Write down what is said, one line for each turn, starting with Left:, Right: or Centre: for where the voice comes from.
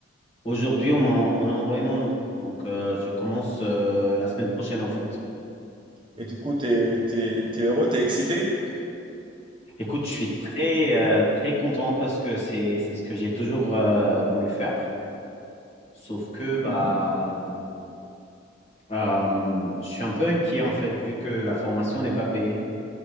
Left: aujourd'hui, on m'a, on a envoyé mon nom. Donc, euh, je commence euh, la semaine prochaine en fait.
Right: Et du coup, t'es, t'es, t'es heureux, t'es excité?
Left: Écoute, je suis très, euh, très content parce que c'est, c'est ce que j'ai toujours euh, voulu faire. Sauf que bah,
Right: Mhm.
Left: euh, je suis un peu inquiet en fait, vu que la formation n'est pas payée.